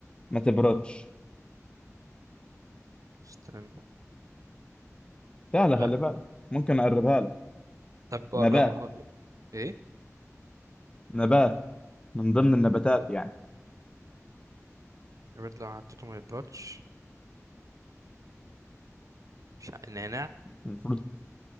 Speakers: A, on the left; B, on the right.
A: ما تبردش
B: استنى
A: سهلة
B: لا
A: خلي بالك ممكن أقربها لك
B: طب قربها
A: نبات
B: لي. ايه
A: نبات من ضمن النباتات يعني
B: البيض لو حطيته ما يبردش مش ع... نعناع
A: المفروض